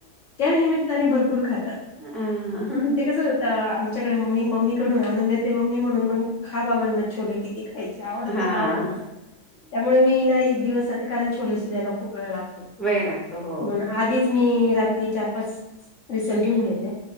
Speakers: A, on the left (about 50°); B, in the centre.
A: त्यांनिमित्ताने भरंपूर खातांत
B: हां.
A: पणं ते कसं तरं आमच्यांकडे मम्मी मम्मी कडूंन आंणून देते मम्मी म्हणूंन मंग खां बाबांनाच छोले कीति ते खांयची आवडतं
B: हां.
A: आवडतं त्यांमुळे मी ना एक दिवसं जाते कारणं छोलेशी द्यांयला खूंप वेळ लागतो मंग
B: वेळ लागतो. हो.
A: आधीचं मी रात्री चार पांच विसल घेऊंन घेते